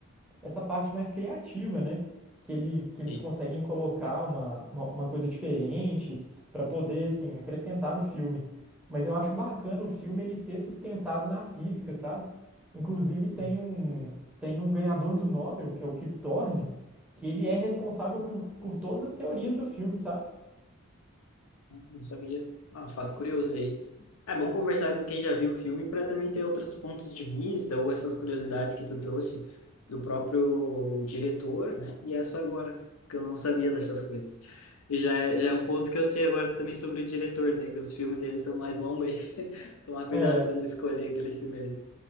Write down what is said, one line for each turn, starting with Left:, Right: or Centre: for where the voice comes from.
Centre: essa parte mais criativa, né? Que eles, que
Left: Sim.
Centre: eles conseguem colocar uma, uma, uma coisa diferente para poder, assim, acrescentar no filme. Mas eu acho bacana o filme ele ser sustentado na física, sabe? Inclusive,
Left: Sim.
Centre: tem um, tem um ganhador do Nobel, que é o Kip Thorne, que ele é responsável por, por todas as teorias do filme, sabe?
Left: Não sabia. Ah, um fato curioso aí. É bom conversar com quem já viu o filme para também ter outros pontos de vista ou essas curiosidades que tu trouxe do próprio diretor, né? E essa agora, que eu não sabia dessas coisas. E já é, já é um ponto que eu sei agora também sobre o diretor, né? Que os filmes dele são mais longos aí. <laughs> Tomar cuidado
Centre: É,
Left: quando escolher aquele filme ali.